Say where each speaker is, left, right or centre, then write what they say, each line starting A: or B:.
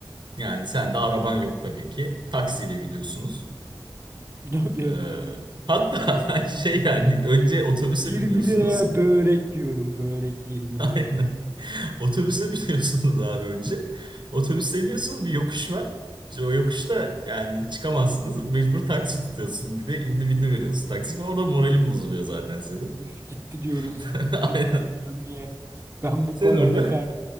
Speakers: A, on the right (about 55°); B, on the right (about 25°).
A: Yani sen de araban yok tabii ki. Taksiyle gidiyorsunuz.
B: <laughs> Tabii
A: Ee,
B: efendim.
A: hatta <laughs> şey yani önce otobüse
B: 20
A: biniyorsunuz.
B: liraya börek yiyorum. Börek 20
A: <laughs> Aynen.
B: liraya.
A: Otobüse biniyorsunuz abi önce. Otobüse iniyorsunuz bir yokuş var. İşte O yokuşta yani çıkamazsınız. Mecbur taksi tutuyorsun. Bir de indi bindi veriyorsun taksi falan. Orada moralin bozuluyor zaten senin.
B: Üf, gitti diyoruz.
A: <laughs>
B: Bir
A: Aynen.
B: gün ikramiye. Ben bu
A: Sen
B: parayla
A: orada <laughs>
B: kar.